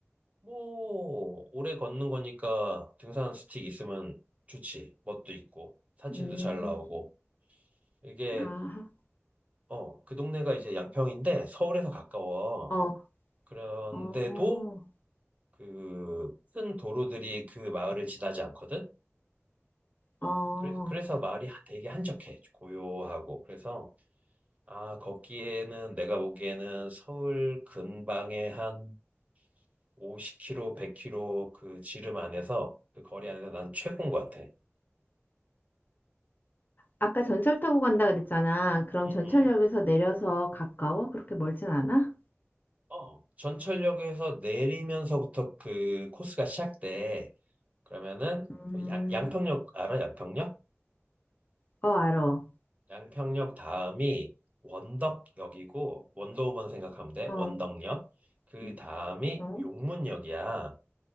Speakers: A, on the right (about 30°); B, on the left (about 40°).
A: 뭐 오래 걷는 거니까 등산 스틱 있으면 좋지. 멋도 있고 사진도
B: 음.
A: 잘 나오고 이게
B: 아,
A: 어, 그 동네가 이제 양평인데 서울에서 가까워.
B: 어,
A: 그런데도
B: 어,
A: 그 큰 도로들이 그 마을을 지나지 않거든. 어,
B: 어.
A: 그래서, 그래서 마을이 하- 되게 한적해, 고요하고. 그래서, 아, 걷기에는 내가 보기에는 서울 근방에 한 50km, 100km 그 지름 안에서, 그 거리 안에서 난 최고인 것 같아.
B: 아까 전철 타고 간다 그랬잖아. 그럼
A: 응,
B: 전철역에서
A: 응.
B: 내려서 가까워? 그렇게 멀진 않아?
A: 어, 전철역에서 내리면서부터 그 코스가 시작돼. 그러면은,
B: 음,
A: 또 양, 양평역, 알아? 양평역?
B: 어, 알어.
A: 양평역 다음이 원덕역이고, 원도우번 생각하면 돼.
B: 어,
A: 원덕역. 그
B: 음,
A: 다음이
B: 어,
A: 용문역이야.